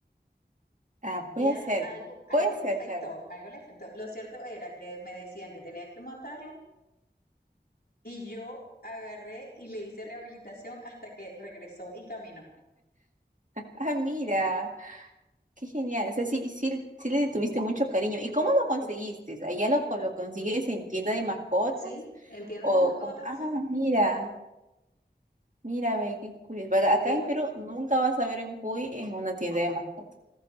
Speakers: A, on the right; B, on the left.
A: Ah,
B: Y
A: puede
B: algo,
A: ser,
B: algo, algo
A: puede ser,
B: le afectó,
A: claro.
B: algo le afectó. Lo cierto era que me decían que tenía que matarlo Y yo agarré y le hice rehabilitación hasta que regresó y caminó.
A: Ah, mira, qué genial. O sea, sí, sí, sí le tuviste mucho cariño. ¿Y cómo lo conseguiste?
B: Sí, sí.
A: ¿Allá lo, co- lo consigues en tienda de mascotas?
B: ¿Sí? ¿Entiendes
A: O
B: de mascotas?
A: como, ah, mira, mira, ve, qué curioso. Porque Acá
B: Y
A: en
B: bu-
A: Perú nunca vas a ver un Puy en una tienda de mascotas.